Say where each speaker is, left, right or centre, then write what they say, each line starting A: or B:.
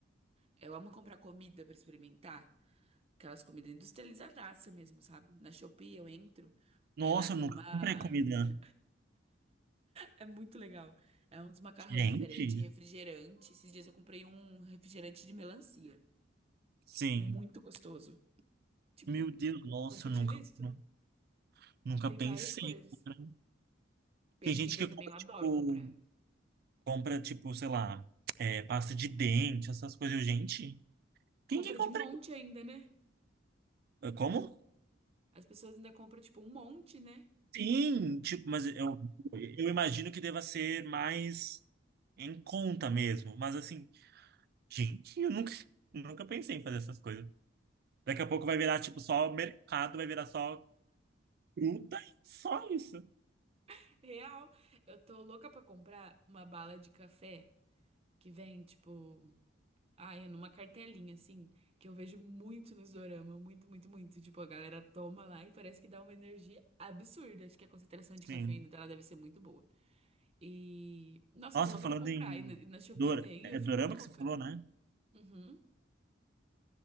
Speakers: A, on the right; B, on the right.
A: Eu amo comprar comida pra experimentar. Aquelas comidas industrializadaça mesmo, sabe? Na Shopee eu entro.
B: Nossa,
A: Aí lá tem
B: eu nunca
A: uma.
B: comprei comida.
A: <laughs> É muito legal. É uns macarrão
B: Gente.
A: diferente, refrigerante. Esses dias eu comprei um refrigerante de melancia.
B: Sim.
A: Muito gostoso. Tipo,
B: Meu Deus, nossa,
A: nunca
B: eu
A: tinha
B: nunca,
A: visto.
B: nu- nunca
A: Tem
B: pensei.
A: várias coisas.
B: em comprar.
A: Bebida
B: Tem gente que
A: também,
B: compra,
A: eu adoro
B: tipo,
A: comprar.
B: compra, tipo, sei lá, é, pasta de dente, essas coisas. Eu, Gente, quem
A: Compra
B: que compra?
A: de monte ainda, né?
B: isso? É, Como?
A: As pessoas ainda compram, tipo, um monte, né?
B: Sim, tipo, mas eu, eu imagino que deva ser mais em conta mesmo. Mas assim, gente, eu nunca, nunca pensei em fazer essas coisas. Daqui a pouco vai virar, tipo, só mercado, vai virar só fruta e só isso.
A: <laughs> Real. Eu tô louca pra comprar uma bala de café que vem, tipo, ai, é numa cartelinha, assim, que eu vejo muito nos dorama. Muito, muito, muito. Tipo, a galera toma lá e parece que dá uma energia absurda. Acho que a concentração de
B: Sim.
A: cafeína dela deve ser muito boa. E, nossa,
B: Nossa,
A: eu tô louca
B: falando
A: pra comprar.
B: em
A: E na, e na Shopee
B: dor,
A: tem,
B: é
A: e eu fico
B: dorama
A: louca.
B: que você falou, né?
A: Uhum.